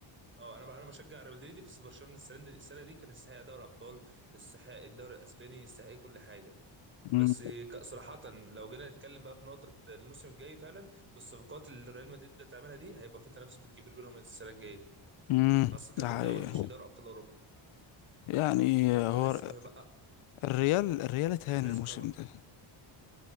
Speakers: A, on the right; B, on the left.
A: اه انا انا بشجع ريال مدريد بس برشلونه السنه دي السنه دي كان يستحق دوري ابطال يستحق الدوري الاسباني يستحق كل حاجه
B: مم.
A: بس ك- صراحه لو جينا نتكلم بقى في نقطه الموسم الجاي فعلا بالصفقات اللي ريال مدريد بتعملها دي هيبقى في تنافس بالكبير بينهم السنه الجايه دي
B: مم.
A: خاصه في
B: ده
A: الدوري
B: حقيقة
A: مش في دوري ابطال اوروبا
B: يعني
A: والكلاسيكو
B: آه، هو
A: هيبقى
B: الريال الريال اتهان
A: الكلاسيكو
B: الموسم ده